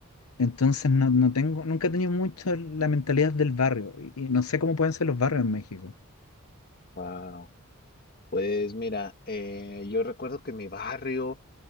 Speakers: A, on the left; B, on the left.
A: entonces no, no tengo, nunca he tenido mucho la mentalidad del barrio, y, y no sé cómo pueden ser los barrios en México.
B: Wow. Pues mira, eh, yo recuerdo que mi barrio